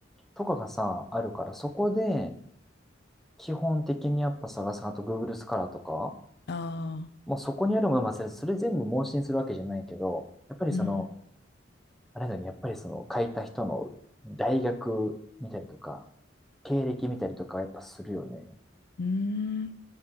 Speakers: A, in the centre; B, on the left (about 60°).
A: とかがさ、あるから、そこで、基本的にやっぱ探す、あと Google スカラーとか、
B: ああ。
A: もうそこにあるものは忘れず、それ全部盲信するわけじゃないけど、やっぱりその、
B: うん。
A: あれだね、やっぱりその書いた人の大学見たりとか、経歴見たりとかはやっぱするよね。
B: うーん。